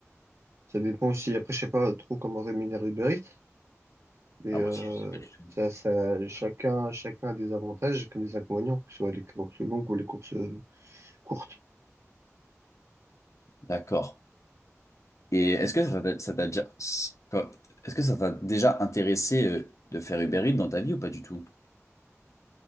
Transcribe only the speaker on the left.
Ah,
moi, si, je sais pas du tout.
D'accord. Et est-ce que ça t'a ça t'a déjà, quand- est-ce que ça t'a déjà intéressé euh, de faire Uber Eats dans ta vie ou pas du tout?